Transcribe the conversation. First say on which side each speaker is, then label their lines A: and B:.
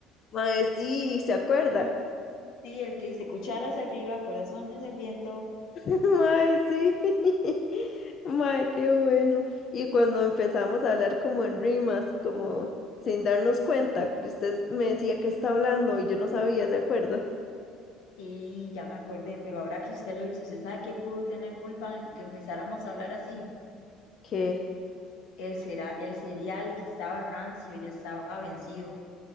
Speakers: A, on the left; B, on the left.
A: Mae, sí, ¿se acuerda?
B: Sí, el que dice cucharas arriba, corazones al viento.
A: <laughs> Mae, sí. <laughs> Mae, qué bueno. Y cuando empezamos a hablar como en rimas, como sin darnos cuenta, que usted me decía que está hablando y yo no sabía, ¿se acuerda?
B: Sí, ya me acordé, pero ahora que usted lo dice, ¿usted sabe qué pudo tener culpa en que empezáramos a hablar así?
A: ¿Qué?
B: El, cera- el cereal que estaba rancio ya estaba vencido.